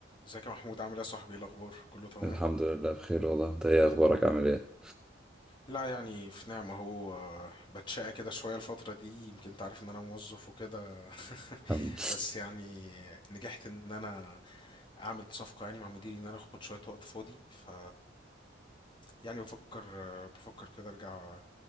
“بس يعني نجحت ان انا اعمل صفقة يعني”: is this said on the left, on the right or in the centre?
Left